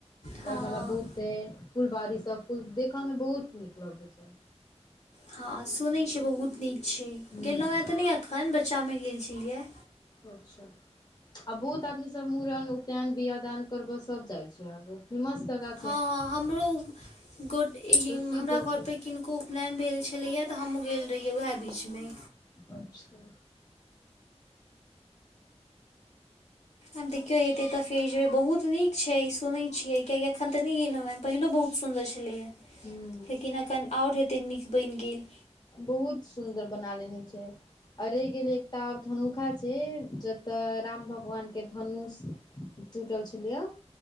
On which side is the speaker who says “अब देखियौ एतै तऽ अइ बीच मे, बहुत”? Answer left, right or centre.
Left